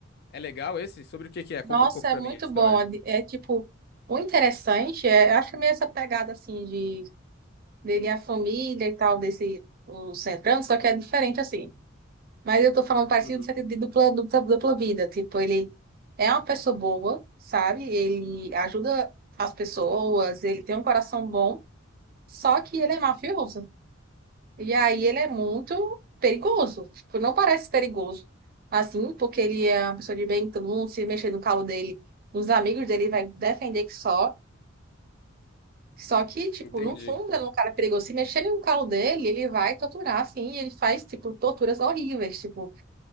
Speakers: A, on the left; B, on the right.
A: é legal esse? Sobre o que que é? Conta
B: Nossa,
A: um pouco
B: é
A: pra
B: muito
A: mim a história.
B: bom. É, de- é, tipo, o interessante é, eu acho que é meio essa pegada assim de dele a família e tal, desse o centrando, só que é diferente assim. Mas eu tô falando parecido
A: Uhum.
B: no sentido de dupla, dupla, dupla vida. Tipo, ele é uma pessoa boa, sabe? Ele ajuda as pessoas, ele tem um coração bom, só que ele é mafioso. E aí ele é muito perigoso. Tipo, não parece perigoso. Assim, porque ele é uma pessoa de bem, todo mundo se mexer no calo dele, os amigos dele vai defender que só. Só que, tipo,
A: Entendi.
B: no fundo, ele é um cara perigoso. Se mexer no calo dele, ele vai torturar, assim, e ele faz, tipo, torturas horríveis, tipo.